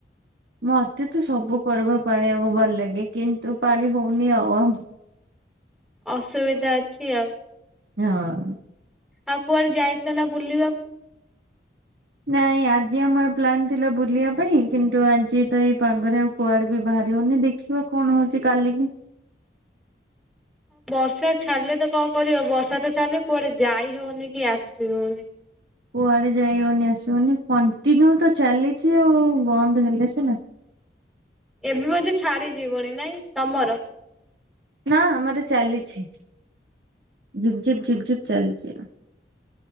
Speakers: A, on the right (about 75°); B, in the centre.
A: ମତେ ତ ସବୁ ପର୍ବ ପାଳିବାକୁ ଭଲ ଲାଗେ କିନ୍ତୁ ପାଳି ହଉନି ଆଉ।
B: ଅସୁବିଧା ଅଛି ଆଉ।
A: ହଁ।
B: ଆଉ କୁଆଡେ ଯାଇଥିଲ ନା ବୁଲିବାକୁ?
A: ନାଇଁ ଆଜି ଆମର ପ୍ଲାନ୍ ଥିଲା ବୁଲିବା ପାଇଁ କିନ୍ତୁ ଆଜି ତ ଏଇ ପାଗରେ ଆଉ କୁଆଡେ ବି ବାହାରି ହଉନି ଦେଖ ଦେଖିବା କଣ ହଉଛି କାଲିକି।
B: ବର୍ଷା ଛାଡ଼ିଲେ ତ କଣ କରିବ ବର୍ଷା ତ ଛାଡିନେ କୁଆଡେ ଯାଇ ହଉନି କି ଆସି ହଉନି।
A: କୁଆଡେ ଯାଇ ହଉନି ଆସିହଉନି କଣ୍ଟିନ୍ୟୁ ତ ଚାଲିଚି ଆଉ ବନ୍ଦ ହେଲେ ସିନା।
B: ଏବେ ବୋଧେ ଛାଡିଯିବଣି ନାଇଁ ତମର?
A: ନା ଆମର ଚାଲିଛି ଝିପ ଝିପ ଝିପି ଝିପି ଚାଲିଛି।